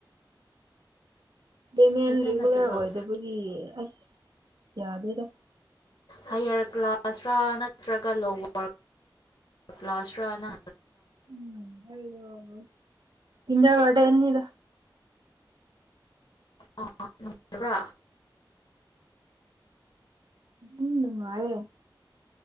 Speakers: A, on the right (about 65°); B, on the left (about 70°).
A: ꯗꯦꯃꯦꯟ
B: ꯐꯖꯅ
A: ꯔꯤꯒꯨꯂꯔ
B: ꯇꯣꯂꯣꯞ
A: ꯑꯣꯏꯗꯕꯒꯤ ꯑꯁ ꯌꯥꯗꯣꯏꯗ
B: ꯍꯥꯏꯌꯥꯔ ꯀ꯭ꯂꯥꯁꯇꯔ꯭ꯔꯥ ꯅꯠꯇ꯭ꯔꯒ ꯂꯣꯋꯔ ꯀ꯭ꯂꯥꯁꯇ꯭ꯔꯥꯅ
A: ꯎꯝ ꯏꯖ ꯋꯥꯇ ꯌꯦꯅꯤꯗ
B: ꯑ ꯅꯅꯨꯡꯉꯔꯕ꯭ꯔꯥ
A: ꯎꯝꯅꯨꯡ ꯃꯥꯔꯦ